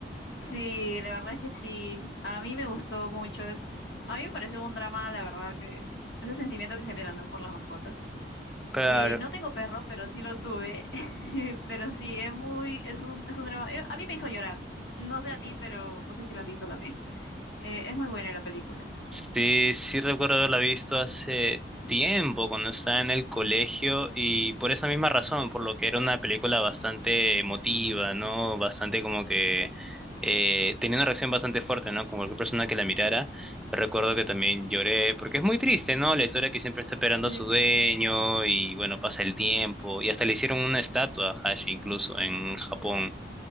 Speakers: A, on the left; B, in the centre.
A: Sí, la verdad es que sí. A mí me gustó mucho. es- a mí me pareció un drama, la verdad, que ese sentimiento que generan, ¿no? Por las mascotas.
B: Claro,
A: Eh, no tengo perro, pero sí lo tuve. <laughs> Pero sí, es muy, es un, es un drama. eh, A mí me hizo llorar. No sé a ti, pero no sé si lo has visto también. Eh, es muy buena la película.
B: Sí, sí recuerdo haberla visto hace tiempo cuando estaba en el colegio y por esa misma razón, por lo que era una película bastante emotiva, ¿no? Bastante como que eh, tenía una reacción bastante fuerte, ¿no? Con cualquier persona que la mirara. Recuerdo que también lloré porque es muy triste, ¿no? La historia que siempre está esperando
A: Sí,
B: a su dueño y bueno, pasa el tiempo y hasta le hicieron una estatua a Hashi incluso en Japón.